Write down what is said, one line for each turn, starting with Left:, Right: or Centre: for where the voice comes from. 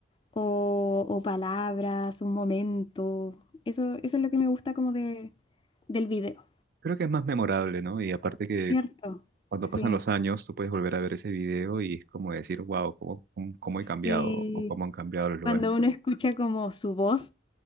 Left: o, o palabras, un momento. Eso, eso es lo que me gusta como de, del video,
Right: Creo que es más memorable, ¿no? Y aparte que
Left: ¿cierto?
Right: cuando pasan
Left: Sí,
Right: los años, tú puedes volver a ver ese video y es como decir, wow, cómo, cómo, cómo he cambiado
Left: sí.
Right: o cómo han cambiado los lugares.
Left: Cuando uno escucha como su voz,